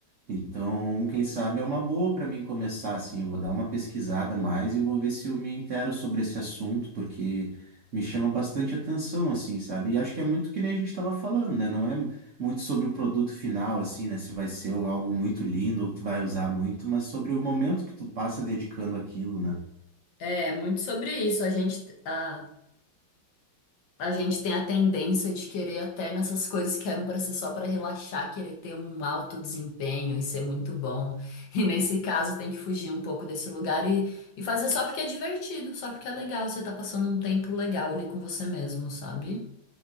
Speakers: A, on the right (about 70°); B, on the left (about 65°).
A: Então, quem sabe é uma boa para mim começar assim. Eu Vou dar uma pesquisada a mais e vou ver se eu me intero sobre esse assunto, porque me chama bastante atenção, assim, sabe? E acho que é muito que nem a gente estava falando, né? Não é muito sobre o produto final, assim, né? Se vai ser algo muito lindo ou que tu vai usar muito, mas sobre o momento que tu passa dedicando aquilo, né?
B: É, muito sobre isso. A gente, a, A gente tem a tendência de querer até nessas coisas que eram para ser só para relaxar, querer ter um alto desempenho e ser muito bom. E nesse caso tem que fugir um pouco desse lugar e, e fazer só porque é divertido, só porque é legal, você tá passando um tempo legal ali com você mesmo, sabe?